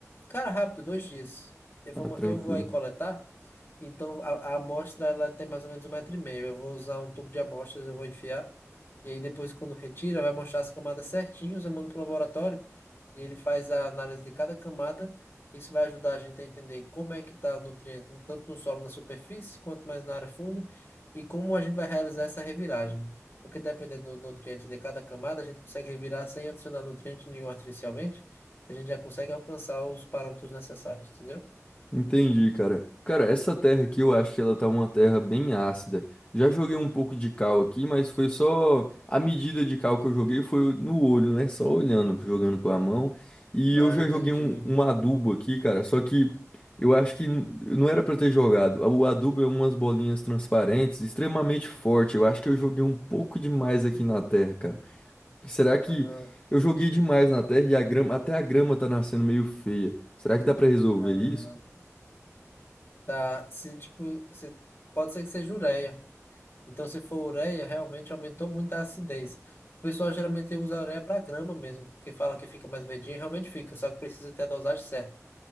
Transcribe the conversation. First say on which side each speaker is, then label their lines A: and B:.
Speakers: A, on the left; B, on the left.
A: cara, rápido, dois dias. Eu vou,
B: Ah,
A: ma-
B: tranquilo.
A: eu vou aí coletar. Então a, a amostra ela tem mais ou menos um metro e meio. Eu vou usar um tubo de amostras, eu vou enfiar. E aí depois quando retira, vai mostrar as camadas certinhas, eu mando pro laboratório e ele faz a análise de cada camada. Isso vai ajudar a gente a entender como é que está o nutriente, tanto no solo, na superfície, quanto mais na área funda, e como a gente vai realizar essa reviragem. Porque dependendo do nutriente de cada camada, a gente consegue revirar sem adicionar nutriente nenhum artificialmente, a gente já consegue alcançar os parâmetros necessários, entendeu?
B: Entendi, cara. Cara, essa terra aqui eu acho que ela tá uma terra bem ácida. Já joguei um pouco de cal aqui, mas foi só a medida de cal que eu joguei foi no olho, né? Só olhando, jogando com a mão. E
A: Ah,
B: eu já
A: entendi.
B: joguei um, um adubo aqui, cara. Só que eu acho que n- não era pra ter jogado. O adubo é umas bolinhas transparentes, extremamente forte. Eu acho que eu joguei um pouco demais aqui na terra, cara. Será que
A: Aham.
B: eu joguei demais na terra e a grama, até a grama tá nascendo meio feia? Será que dá pra resolver
A: Ah,
B: isso?
A: tá. Se, tipo, se, pode ser que seja ureia. Então, se for ureia, realmente aumentou muito a acidez. O pessoal geralmente usa a ureia para grama mesmo, porque fala que fica mais verdinho, realmente fica, só que precisa ter a dosagem certa.